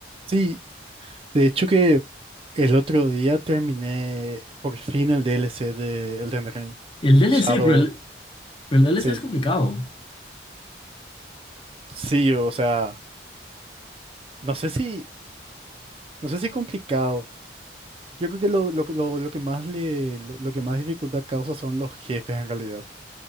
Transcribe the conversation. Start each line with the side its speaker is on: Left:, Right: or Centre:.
Right: Sí, de hecho que el otro día terminé por fin el DLC de Elden Ring.
Left: El D L
Right: Shadow,
Left: C pero el, pero el D L
Right: sí,
Left: C es complicado.
Right: sí, o sea, no sé si, no sé si complicado. Yo creo que lo, lo, que- lo, lo que más le, lo, lo que más dificultad causa son los jefes en realidad.